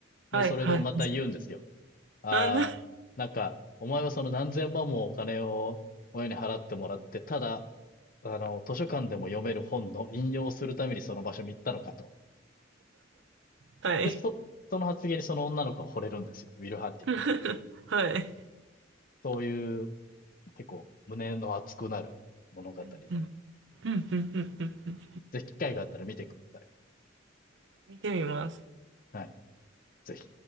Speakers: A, on the right; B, on the left.
A: はい、
B: で、それでまた言うんですよ。
A: はい。
B: ああ、
A: あ、な、
B: なんか、お前はその何千万もお金を親に払ってもらって、ただ、あの、図書館でも読める本の引用をするためにその場所に行ったのかと。
A: はい。
B: で、そ、その発言にその女の子は惚れるんですよ。ウィル・ハンティング君。
A: <laughs> はい。
B: そういう、結構、胸の熱くなる物語。
A: うん、
B: ぜ
A: うん、うん、うん。うん
B: ひ機会があったら見てください。
A: 見てみます。
B: はい。ぜひ。